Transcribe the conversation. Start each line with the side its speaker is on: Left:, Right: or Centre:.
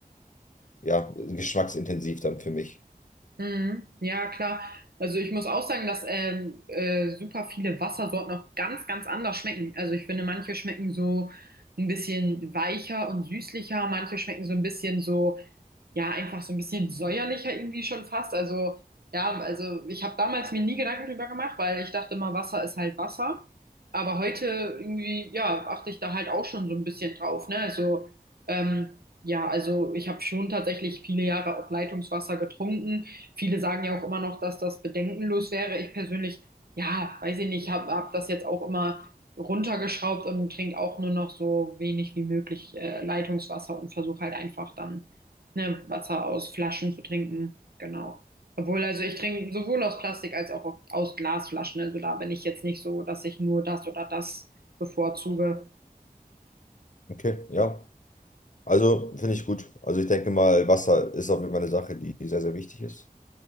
Left: ja, geschmacksintensiv dann für mich.
Right: Mhm. Ja, klar. Also ich muss auch sagen, dass ähm, äh, super viele Wassersorten auch ganz, ganz anders schmecken. Also ich finde, manche schmecken so ein bisschen weicher und süßlicher, manche schmecken so ein bisschen so ja, einfach so ein bisschen säuerlicher irgendwie schon fast. Also, ja, also ich habe damals mir nie Gedanken drüber gemacht, weil ich dachte immer, Wasser ist halt Wasser. Aber heute irgendwie, ja, achte ich da halt auch schon so ein bisschen drauf, ne? Also, ähm, ja, also ich habe schon tatsächlich viele Jahre auch Leitungswasser getrunken. Viele sagen ja auch immer noch, dass das bedenkenlos wäre. Ich persönlich, ja, weiß ich nicht, habe hab hab das jetzt auch immer runtergeschraubt und trinke auch nur noch so wenig wie möglich äh, Leitungswasser und versuche halt einfach dann ne, Wasser aus Flaschen zu trinken. Genau. Obwohl, also ich trinke sowohl aus Plastik als auch au- aus Glasflaschen. Also da bin ich jetzt nicht so, dass ich nur das oder das bevorzuge.
Left: Okay, ja. Also finde ich gut. Also ich denke mal, Wasser ist auf jeden Fall eine Sache, die sehr, sehr wichtig ist.